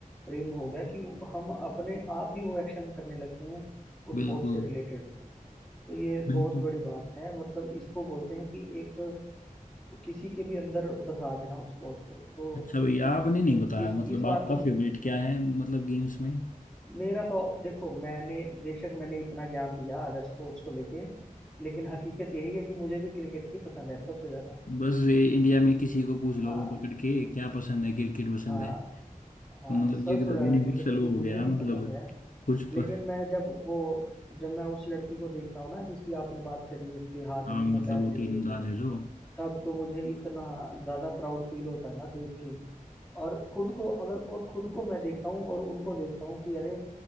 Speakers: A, in the centre; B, on the left.
A: प्रेम हो गया कि हम अपने आप ही वो एक्शन करने लगते हैं उस
B: बिल्कुल
A: स्पोर्ट्स से रिलेटेड तो ये
B: बिल्कुल
A: बहुत बड़ी बात है मतलब इसको बोलते हैं कि एक किसी के भी अंदर बसा देना उस स्पोर्ट्स को तो
B: अच्छा भैया आपने नहीं बताया
A: इस
B: मतलब
A: इस बात
B: आपका
A: में तो
B: फेवरेट क्या है मतलब गेम्स में
A: मेरा तो देखो मैंने बेशक मैंने इतना ज्ञान दिया अदर स्पोर्ट्स को लेके लेकिन हकीकत यही है कि मुझे भी क्रिकेट ही पसंद है सबसे ज्यादा
B: बस ये इंडिया में किसी को पूछ लो
A: हाँ
B: पकड़ के क्या पसंद है क्रिकेट पसंद
A: हाँ
B: है तो
A: हाँ
B: मतलब
A: सबसे
B: ये तो
A: ज्यादा
B: यूनिवर्सल
A: क्रिकेट
B: वो
A: ही
B: हो
A: मुझे
B: गया
A: भी
B: मतलब
A: पसंद है
B: कुछ
A: लेकिन
B: प...
A: मैं जब वो जब मैं उस लड़की को देखता हूँ ना जिसकी आपने बात करी उसके हाथ
B: हाँ
A: नहीं
B: मतलब
A: है पैर
B: वो
A: से खेलती
B: तीरंदाज
A: है
B: है जो
A: तब तो मुझे इतना ज्यादा प्राउड फील होता है ना देख के और खुद को अगर और खुद को मैं देखता हूँ और उनको देखता हूँ कि अरे